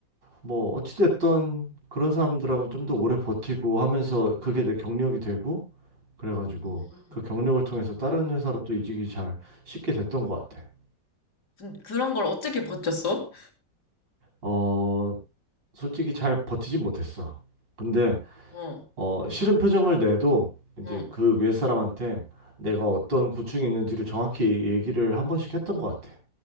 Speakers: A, on the right; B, on the left.
A: 뭐 어찌됐던 그런 사람들하고는 좀 더 오래 버티고 하면서 그게 내 경력이 되고 그래가지고
B: 음.
A: 그 경력을 통해서 다른 회사로 또 이직이 잘 쉽게 됐던 것 같아.
B: 그- 그런 걸 어떻게 버텼어?
A: 어, 솔직히 잘 버티진 못했어. 근데
B: 어,
A: 어, 싫은 표정을 내도 이제
B: 어.
A: 그 위에 사람한테 내가 어떤 고충이 있는지를 정확히 얘기를 한 번씩 했던 것 같아.